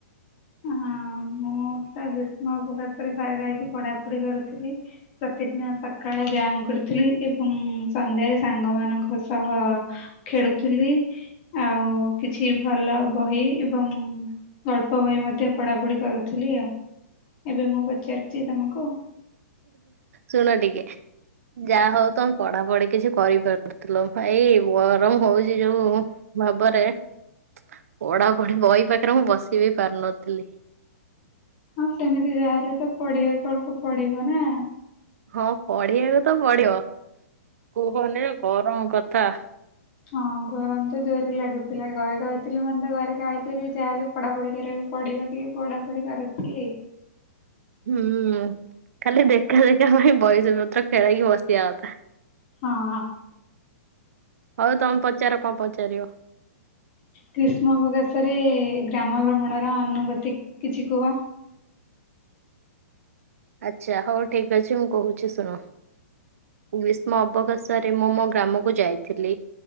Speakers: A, on the left; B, on the right.
A: ହଁ ମୁଁ ତ ଗ୍ରୀଷ୍ମ <unintelligible> ସ୍ୟାଡ ଯାଇକି ପଢା ପଢି କରୁଥିଲି। ପ୍ରତିଦିନ ସକାଳେ ବ୍ୟାୟାମ କରୁଥିଲି, ଏବଂ ସନ୍ଧ୍ୟାରେ ସାଙ୍ଗମାନଙ୍କ ସହ ଖେଳୁ ଥିଲି। ଆଉ କିଛି ଭଲ ବହି ଏବଂ ଗଳ୍ପ ବହି ମଧ୍ୟ ପଢାପଢି କରୁ ଥିଲି ଆଉ ଏବେ ମୁଁ ପଚାରଛି ତମକୁ?
B: ଶୁଣ ଟିକେ। ଯାହା ହଉ ତମେ ପଢାପଢି କିଛି କରିପାରୁଥିଲ ଏଇ ଗରମ ହଉଛି ଯୋଉ ଭାବରେ ପଢାପଢି ବହି ପାଖରେ ମୁଁ ବସିବି ପାରୁନଥିଲି।
A: ହଁ ସେମିତି ଯାହାହଲେ ତ ପଢ଼ିବା କୁ ଅଳ୍ପ ପଡିବ ନା।
B: ହଁ ପଢିବାକୁ ତ ପଡିବ, କୁହନି ଗରମ କଥା
A: ହଁ ଗରମ ତ ଜୋରରେ ଲାଗୁଥିଲା ଘରେ ରଥିଲି ମତେ ଘରେ ଗାଳି କରିବେ ଯାହାହେଲେ ପଢାପଢି କରିବାକୁ ପଡିବ ଟିକେ, ପଢାପଢି କରୁଥିଲି।
B: ହୁଁ ଖାଲି ଦେଖା ଦେଖା ପାଇଁ ବହି ପତ୍ର ଖେଳେଇକି ବସିବାକଥା।
A: ହଁ।
B: ହଉ ତମେ ପଚାର କଣ ପଚାରିବ?
A: ଗ୍ରୀଷ୍ମ ଅବକାଶରେ ଗ୍ରାମ ଭ୍ରମଣ ର ଅନୁଭୂତି କିଛି କୁହ।
B: ଆଚ୍ଛା ହଉ ଠିକ ଅଛି ମୁଁ କହୁଛି ଶୁଣ ଗ୍ରୀଷ୍ମ ଅବକାଶରେ ମୁଁ ମୋ ଗ୍ରାମକୁ ଯାଇଥିଲି